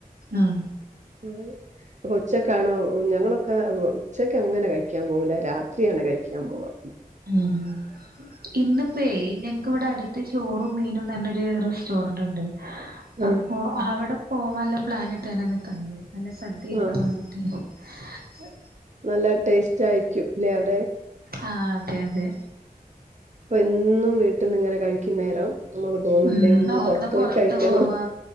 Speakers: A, on the right; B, on the right.
A: ഉം
B: <unintelligible> അപ്പൊ ഉച്ചക്കാണോ ഞങ്ങളൊക്കെ ഉച്ചക്ക് അങ്ങനെ കഴിക്കാൻ പോവുല്ല രാത്രിയാണ് കഴിക്കാൻ പോവുക.
A: ഉം ഉം ഇന്നിപ്പെയ് ഞങ്ങക്ക് ഇവിടെ അടുത്ത് ചോറും മീനും പറഞ്ഞൊരു റെസ്റ്റോറന്റ് ഇണ്ട്. അപ്പൊ
B: ആഹ്
A: അവിടെ പോവാന്ള്ള പ്ലാനിട്ട് നിക്കാ നല്ല സദ്യ കഴിക്കാൻ
B: ആഹ്
A: വേണ്ടി. <unintelligible>
B: നല്ല ടേസ്റ്റ് ആയിരിക്കും ല്ലെ അവിടെ.
A: ആ അതെ അതെ.
B: എന്നും വീട്ടിന്ന് ഇങ്ങനെ കഴിക്കുന്നേരം. നമുക്ക് തോന്നുലേ
A: ഉം
B: ഒന്ന് പൊറത്തു
A: പൊറത്ത്
B: പോയി കഴിക്കണം.
A: പോവാ